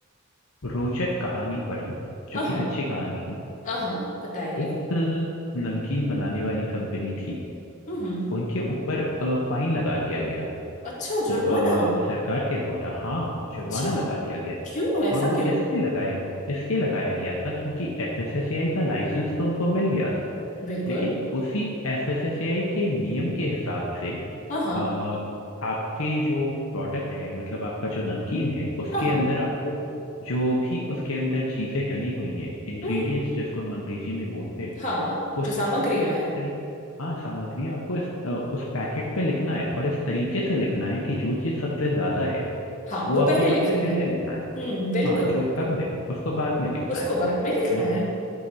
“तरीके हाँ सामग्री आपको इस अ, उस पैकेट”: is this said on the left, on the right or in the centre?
Left